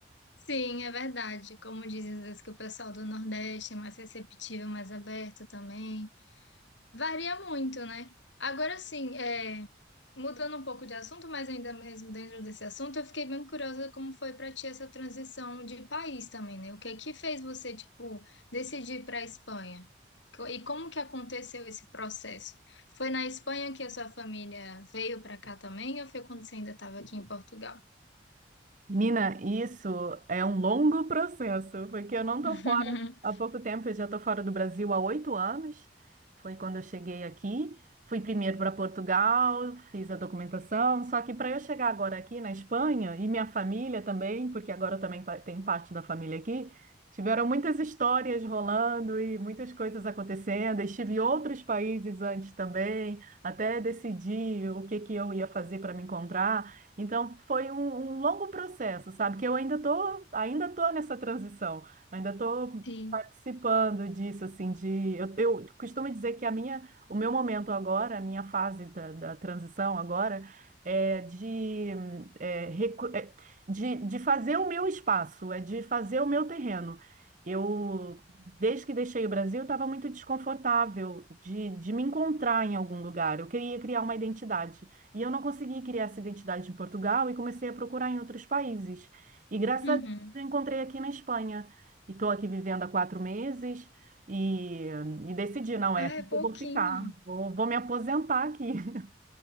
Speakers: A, on the left; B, on the right.
A: Sim, é verdade. Como dizem às vezes que o pessoal do Nordeste é mais receptivo, mais aberto também. Varia muito, né? Agora sim, é, mudando um pouco de assunto, mas ainda mesmo dentro desse assunto, eu fiquei bem curiosa como foi para ti essa transição de país também, né? O que é que fez você, tipo, decidir para a Espanha? Co- E como que aconteceu esse processo? Foi na Espanha que a sua família veio para cá também, ou foi quando você ainda estava aqui em Portugal?
B: Menina, isso é um longo processo, porque eu não
A: <laughs>
B: tô fora há pouco tempo, eu já tô fora do Brasil há oito anos. Foi quando eu cheguei aqui. Fui primeiro para Portugal, fiz a documentação. Só que para eu chegar agora aqui na Espanha, e minha família também, porque agora eu também pa- tenho parte da família aqui, tiveram muitas histórias rolando e muitas coisas acontecendo. Estive em outros países antes também, até decidir o que que eu ia fazer para me encontrar. Então foi um, um longo processo, sabe? Que eu ainda tô, ainda tô nessa transição, ainda tô
A: Sim.
B: participando disso, assim, de eu, eu costumo dizer que a minha, o meu momento agora, a minha fase da, da transição agora é de, é, recu- é de, de fazer o meu espaço, é de fazer o meu terreno. Eu Desde que deixei o Brasil, estava muito desconfortável de, de me encontrar em algum lugar. Eu queria criar uma identidade. E eu não consegui criar essa identidade em Portugal e comecei a procurar em outros países. E graças
A: Uhum.
B: a Deus eu encontrei aqui na Espanha. E estou aqui vivendo há quatro meses e, e decidi, não
A: Ah,
B: é aqui
A: é pouquinho.
B: que eu vou ficar. Vou, vou me aposentar aqui. <laughs>